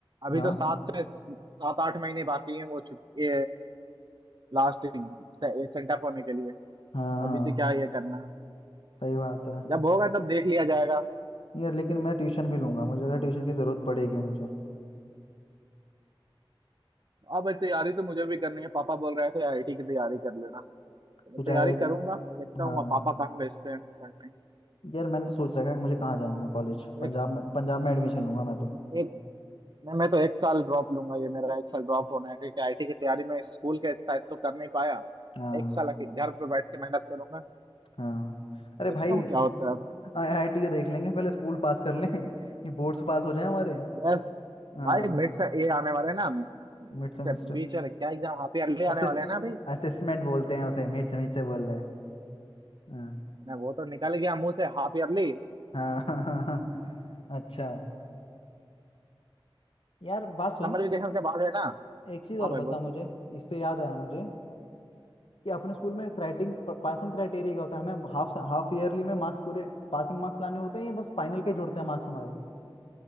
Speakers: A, on the right; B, on the left.
A: अभी
B: हाँ
A: तो सात से सात आठ महीने बाकी हैं वो छुट्टी लास्ट सेंटअप होने के लिए
B: हाँ
A: अभी
B: हाँ
A: से क्या ये करना
B: सही बात है
A: जब होगा तब देख लिया जाएगा
B: यार लेकिन मैं ट्यूशन भी लूंगा मुझे लग रहा है ट्यूशन की ज़रूरत पड़ेगी मुझे
A: अब तैयारी तो मुझे भी करनी है पापा बोल रहे थे आईआईटी की तैयारी कर लेना मैं
B: तुझे
A: तैयारी
B: आईआईटी
A: करूंगा देखता
B: हाँ
A: हूँ पापा कहाँ भेजते हैं पढ़ने
B: यार मैंने तो सोच रखा है कि मुझे कहाँ जाना है कॉलेज पंजाब
A: एक
B: में पंजाब में एडमिशन लूंगा मैं तो
A: एक नहीं मैं तो एक साल ड्रॉप लूंगा ये मेरा एक साल ड्रॉप होना है क्योंकि आईटी की तैयारी में स्कूल के साथ तो कर नहीं पाया
B: हाँ
A: एक साल अके- घर पे बैठ के मेहनत करूंगा
B: हाँ अरे
A: देखता
B: भाई
A: हूँ क्या होता है
B: आईआईटी के देख लेंगे पहले स्कूल पास कर लें ये बोर्ड्स पास हो जाए हमारे
A: यस
B: हाँ
A: भाई मिड से ये आने वाले हैं ना
B: Mid semester
A: से- बीच वाले क्या एग्जाम हाफ ईयरली
B: असिस्ट
A: आने वाले हैं ना अभी
B: असिस्मेंट बोलते हैं उसे मिड सेमेस्टर बोल रहे हैं हाँ
A: मैं वो तो निकल गया मुंह से हाफ ईयरली
B: हाँ <laughs> हाँ हाँ हाँ। अच्छा यार बात सुन
A: समर वेकेशन के बाद है ना
B: एक चीज़ और
A: हाँ भाई
B: बता
A: बोल
B: मुझे इससे याद आया मुझे कि अपने स्कूल में क्राइटिंग पासिंग क्राइटेरिया क्या होता है हमें हाफ हाफ ईयरली में मार्क्स पूरे पासिंग मार्क्स लाने होते हैं या बस फाइनल के जुड़ते हैं मार्क्स हमारे